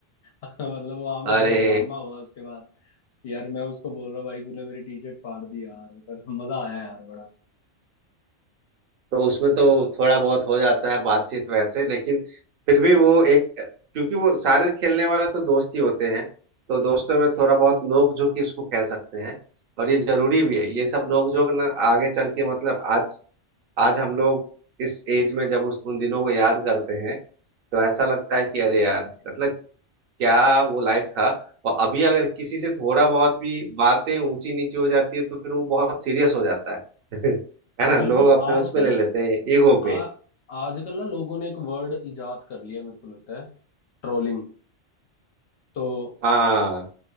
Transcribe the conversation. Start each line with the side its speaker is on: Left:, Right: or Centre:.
Left: मतलब वहां पे जो
Right: अरे
Left: ड्रामा हुआ उसके बाद यार मैं उसको बोल रहा हूँ भाई तूने मेरी टी शर्ट फाड़ दी यार पर मजा आया यार बड़ा
Right: तो उसमें
Left: बहुत
Right: तो थोड़ा बहुत हो जाता है बातचीत वैसे लेकिन फिर भी वो एक क्योंकि वो सारे खेलने वाले तो दोस्त ही होते हैं तो दोस्तों में थोड़ा बहुत नोक झोंक ही इसको कह सकते हैं और ये जरूरी भी है ये सब नोक झोंक ना आगे चल के मतलब आज आज हम लोग इस एज में जब उस उन दिनों को याद करते हैं तो ऐसा लगता है कि अरे यार मतलब क्या वो लाइफ था और अभी अगर किसी से थोड़ा बहुत भी बातें ऊंची नीची हो जाती है तो फिर वो बहुत सीरियस हो जाता है <laughs> है ना
Left: बिल्कुल
Right: लोग अपने
Left: आजकल
Right: उस पे ले लेते हैं ईगो
Left: आ
Right: पे
Left: आजकल ना लोगों ने एक वर्ड इजाद कर लिया मेरे को लगता है ट्रोलिंग तो
Right: हाँ